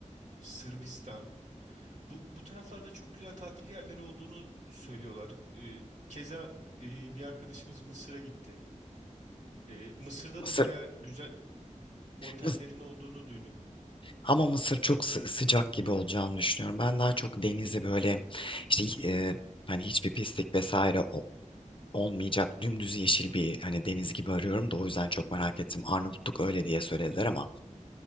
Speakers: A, on the right; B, on the left.
A: Sırbistan. Bu, bu taraflarda çok güzel tatil yerleri olduğunu söylüyorlar. Ee, keza e, bir arkadaşımız Mısır'a gitti. Ee, Mısır'da
B: Mısır,
A: da baya güzel otellerin
B: Mıs-
A: olduğunu duydum.
B: ama Mısır çok sı- sıcak gibi olacağını düşünüyorum. Ben daha çok denizi böyle işte e, hani hiçbir pislik vesaire o- olmayacak dümdüz yeşil bir hani deniz gibi arıyorum da o yüzden çok merak ettim. Arnavutluk öyle diye söylediler ama.